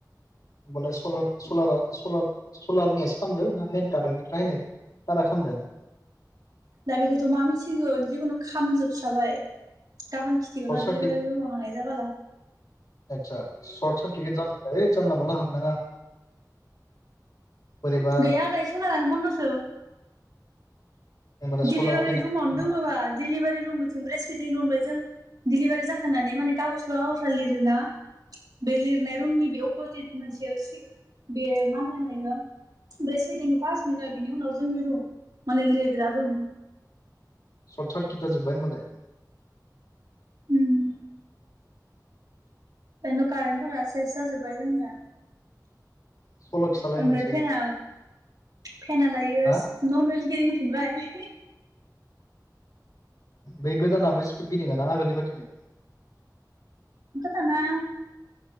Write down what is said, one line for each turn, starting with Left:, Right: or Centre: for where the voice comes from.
Left: होमबालाय सलार-सलारा सल-सलार मेस खालामदों ना मेन कारेन्टनिफ्रायनो दारा ख खालामदों।
Right: दा बेखौथ' मा मिथिगोन जिखुनु खामजोबस्राबाय गाबोन खिथिगोन
Left: सर्ट
Right: र
Left: सार्किट
Right: दिलिबारि रुमाव थांनाय जाबालला।
Left: आता सर्टसार ज जालला मला हाब नाङा बोरैबा
Right: गैया दायो सलारआनो बनदसो
Left: होमबालाय
Right: दिडलिभारि
Left: सलार पेनेल
Right: रुमावनो दङोबा दिडलिभारि रुमनिथिं ब्रेस फिदिं रुमलाय जों दिडलिभारि जाखानानै माने कागज ल' आजा लिरोना बे लिरनाय रुमनि बे अपजित मोनसे सिगां बे मा होन होनलायो बे फास मोनो बिनि उनाव जोंनि रुम माने लिरग्रा रुम।
Left: सर्ट सर्ट गिद जोबबाय होमबालाय
Right: बेनोथ' खिन्थु कारेन्टफोरा सेस जाजोबबाय जोंनिया।
Left: सल' खिथालाय
Right: ओमफ्राय
Left: मोनसे
Right: फेना फेना दायो
Left: हा
Right: नर्मेल गिदिंफिनबाय हे हे हे
Left: बै गोदानाबो स्पिड गिदिङ ना आगोलनि बायदिनो?
Right: आंथ' दाना